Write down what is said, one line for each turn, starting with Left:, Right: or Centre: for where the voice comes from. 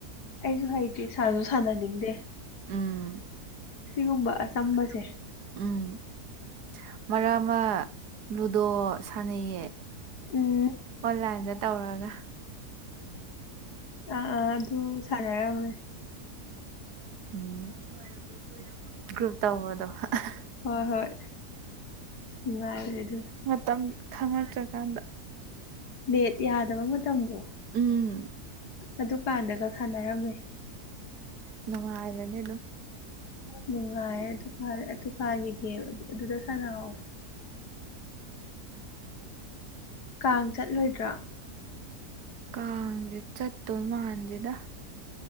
Left: ꯑꯩꯖꯨ ꯍꯩꯇꯔꯤ ꯁꯥꯁꯨ ꯁꯥꯟꯅꯅꯤꯡꯗꯦ
Right: ꯎꯝ
Left: ꯁꯤꯒꯨꯝꯕ ꯑꯆꯝꯕꯁꯦ
Right: <inaudible> ꯎꯝ ꯃꯔꯛ ꯑꯃ ꯂꯨꯗꯣ ꯁꯥꯟꯅꯩꯌꯦ
Left: ꯎꯝ
Right: ꯑꯣꯟꯂꯥꯏꯟꯗ ꯇꯧꯔꯒ
Left: ꯑꯥ ꯑꯥ ꯑꯗꯨ ꯁꯥꯟꯅꯔꯝꯃꯦ
Right: ꯎꯝ ꯏꯃꯥꯟꯅꯕꯤ ꯍ‌ꯣꯏꯒ ꯒ꯭ꯔꯨꯞ <unintelligible> ꯒ꯭ꯔꯨꯞ ꯇꯧꯕꯗꯣ ꯍ‌ꯣꯏ
Left: ꯍꯣꯏ ꯍꯣꯏ ꯅꯨꯡꯉꯥꯏꯕꯅꯦ ꯑꯗꯨ
Right: ꯃꯇꯝ ꯈꯪꯉꯛꯇ꯭ꯔꯀꯥꯟꯗ
Left: ꯅ‌ꯦꯠ ꯌꯥꯗꯕ ꯃꯇꯝꯗꯣ
Right: ꯎꯝ
Left: ꯑꯗꯨꯀꯥꯟꯗꯒ ꯁꯥꯟꯅꯔꯝꯃꯦ
Right: ꯅꯨꯡꯉꯥꯏꯕꯅꯦ ꯑꯗꯨꯝ
Left: ꯅꯨꯡꯉꯥꯏꯌꯦ ꯑꯗꯨꯀꯥꯟ ꯑꯗꯨꯀꯥꯒꯤ ꯒꯦꯝ ꯑꯗꯨꯗ ꯁꯥꯟꯅꯥꯥꯎ ꯀꯥꯡ ꯆꯠꯂꯣꯏꯗ꯭ꯔꯣ
Right: ꯀꯥꯡꯖ‌ꯦ ꯆꯠꯇꯣꯏ ꯃꯥꯟꯗ‌ꯦꯗ